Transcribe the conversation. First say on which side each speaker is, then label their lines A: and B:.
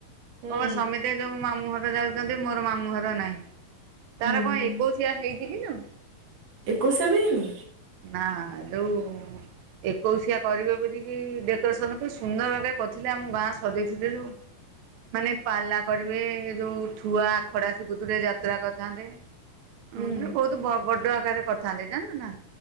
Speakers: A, on the right; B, on the right.
A: ହୁଁ
B: କହିବ ସମସ୍ତେ ଯୋଉ ମାମୁଁ ଘର ଯାଉଛନ୍ତି। ମୋର ମାମୁଁ ଘର ନାଇଁ
A: ହୁଁ
B: ତାର କଣ ଏକୋଇଶିଆ ହେଇଛି କିଲ
A: ଏକୋଇଶିଆ ବି ହେଇନି।
B: ନାଁ ଯେଉଁ ଏକୋଇଶିଆ କରିବ ବୋଲିକି ଡେକୋରେସନକୁ ସୁନ୍ଦର ଭାଗେ କରିଥିଲେ ଆମ ଗାଁ ସଜେଇଥିଲୁ।
A: <inaudible>
B: ମାନେ ପାଲା କରିବେ ଯୋଉ ଛୁଆ ଆଖଡା ଶିଖୁଥିଲେ ଯାତ୍ରା କରିଥାନ୍ତେ। ହ
A: ହୁଁ
B: ମାନେ ବହୁତ ବଡ ଆକାରରେ କରିଥାନ୍ତେ ଜାଣିଲୁ ନା